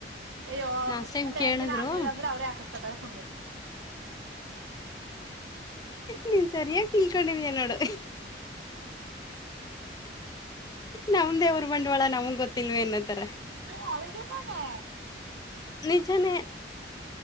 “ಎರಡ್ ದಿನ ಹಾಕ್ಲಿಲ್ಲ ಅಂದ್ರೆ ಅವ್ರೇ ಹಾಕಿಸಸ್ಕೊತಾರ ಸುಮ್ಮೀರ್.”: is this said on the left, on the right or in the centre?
Right